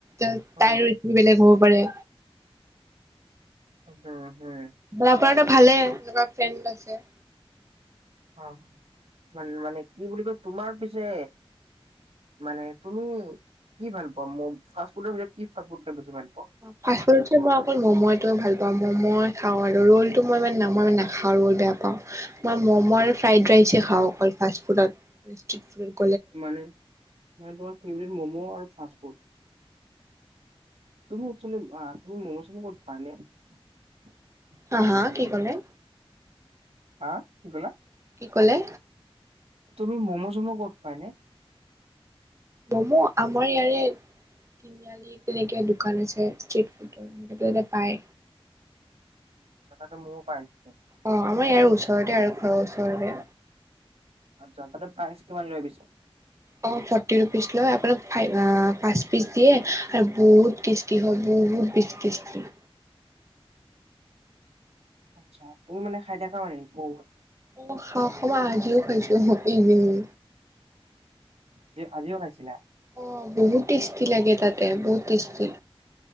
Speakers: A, on the right; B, on the right.
A: এ
B: উম
A: তাইৰো বেলেগ হ'ব পাৰে।
B: হম হম
A: বাপ ভালে এনেকুৱা ফ্ৰেণ্ড আছে।
B: অ মান মানে কি বুলি কয় তোমাৰ পিছে মানে তুমি কি ভাল পোৱা মম ফুডৰ ভিতৰত কি ফাচফুড খাই বেছি ভাল পোৱা।
A: ফ ফুড মই অকল ম'ম'ও ভাল পাওঁ ম'ম' খাওঁ আৰু। আৰু ৰ'লটো মই মানে নামই নাখাওঁ ৰ'ল বেয়া পাওঁ মই ম'ম' আৰু ফ্ৰাইড ৰাইচে খাওঁ অকল ফাষ্টফুড। নিশ্চিত <unintelligible>
B: মানে মানে তোমাৰ ফেম মম' আৰু তুমি আচমচ ক পে <inaudible>
A: হা হা কি কলে?
B: হা কি ক'লা
A: কি কলে
B: তুমি মমো চমো ক'ত পাই এনে?
A: মমো আমাৰ ইয়াৰে তিনিআলিত। তেনেকে দোকান আছে ষ্ট্ৰট ফুডৰ এনেক ততে পায়
B: <unintelligible>
A: অ আমাৰ ইয়াৰ ওচৰতে আৰু ঘৰৰ ওচৰতে
B: আচ্ছা, তাতে প্ৰাইচ কিমান লৈ পিছে।
A: অ', ফৰ্টি ৰুপিচ লয়, আপোনাক ফাইভ-আ পাঁচ পিচ দিয়ে আৰু বহুত টেষ্টি হয় বহুত বহুত টেষ্টি আছিলে।
B: আচ্ছা, তুমি মানে খাই থাকা মানে অ'
A: মম' খাহ খ আজিও খাইছোঁ ইভিনিং।
B: কি আজিও খাইছিলা?
A: অ' বহুত টেষ্টি লাগে, তাতে বহুত টেষ্টি।